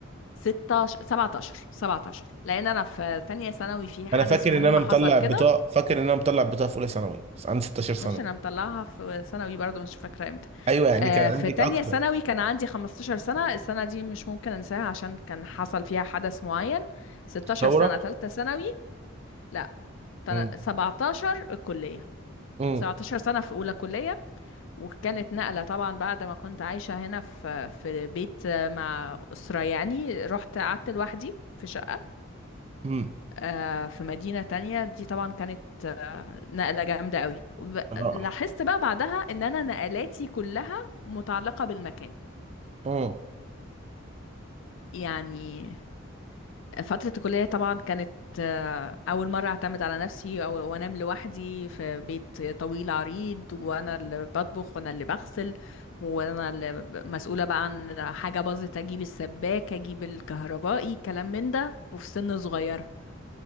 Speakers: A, on the left; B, on the right.
A: 16 17 17 لان انا في تانية ثانوي في حدث
B: أنا فاكر
A: مهم
B: إن أنا مطلع
A: حصل كده
B: بطاقة فاكر إن أنا مطلع بطاقة في أولى ثانوي بس عندي 16 سنة
A: مش انا مطلعها في ثانوي برضو مش فاكره امتى
B: أيوه يعني
A: آه
B: كان عندك
A: في تانية
B: أكتر
A: ثانوي كان عندي 15 سنه السنه دي مش ممكن انساها عشان كان حصل فيها حدث معين 16
B: ثورة
A: سنه تالتة ثانوي لا تل-
B: امم
A: 17 الكليه
B: امم
A: 17 سنه في اولى كليه وكانت نقله طبعا بعد ما كنت عايشه هنا في في بيت مع اسره يعني رحت قعدت لوحدي في شقه
B: امم
A: آه، في مدينة تانية دي طبعا كانت آه، نقلة جامدة قوي وب-
B: اه
A: لاحظت بقى بعدها ان انا نقلاتي كلها متعلقة بالمكان
B: امم
A: يعني فترة الكلية طبعا كانت آه، أول مرة أعتمد على نفسي أو وأنام لوحدي في بيت طويل عريض وأنا اللي بطبخ وأنا اللي بغسل وأنا اللي ب- مسؤولة بقى عن حاجة باظت أجيب السباكة أجيب الكهربائي كلام من ده وفي سن صغيرة